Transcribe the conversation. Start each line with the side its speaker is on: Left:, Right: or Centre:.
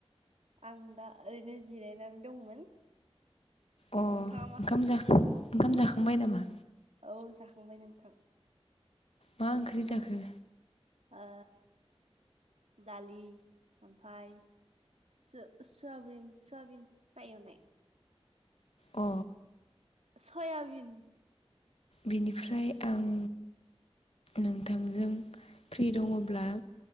Right: आं दा ओरैनो जिरायनानै दंमोन।
Left: अ ओंखाम
Right: नोंथाङा मा
Left: जा ओंखाम जा बाय नामा?
Right: खालाम औ जाखांबाय नोंथां।
Left: मा ओंख्रि
Right: नों
Left: जाखो?
Right: ओ दालि ओमफ्राय सो सुयाबिन सुयाबिन फ्राय एवनाय।
Left: अ
Right: सयाबिन
Left: बेनिफ्राय आं नोंथांजों फ्रि दङ'ब्ला